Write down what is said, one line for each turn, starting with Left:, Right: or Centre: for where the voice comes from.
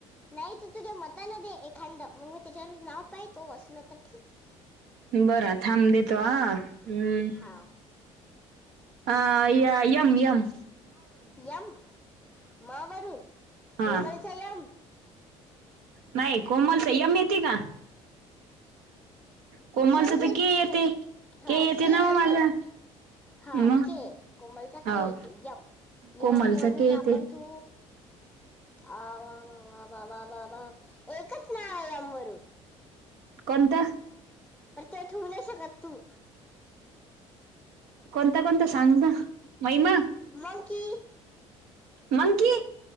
Centre: नाही तु तुझ्या मतान दे एखाद मग मी त्याच्यावर नाव पाहि तो असलं तर ठीक.
Right: बर थांब देतो आ हम्मं.
Centre: हा
Right: अ एम येम.
Centre: यम म वरु
Right: हा
Centre: कोमलचा यम.
Right: नाही कोमलचा यम येते का? कोमलचं
Centre: सॉरी सॉरी
Right: तर
Centre: के
Right: येते
Centre: हा
Right: येते
Centre: के
Right: ना हो माझं
Centre: ते. हा
Right: मग
Centre: के कोमलता
Right: हो
Centre: के येते यम
Right: कोमलच
Centre: यम वरून
Right: ते येते
Centre: आपण चू आ वाम वा वा बाबा बाबा एक स्नाळया वर
Right: कोणत.
Centre: तर ते ठेवू नाही शकत तू.
Right: कोणत-कोणत सांगना महिमा.
Centre: मंकी.
Right: मंकी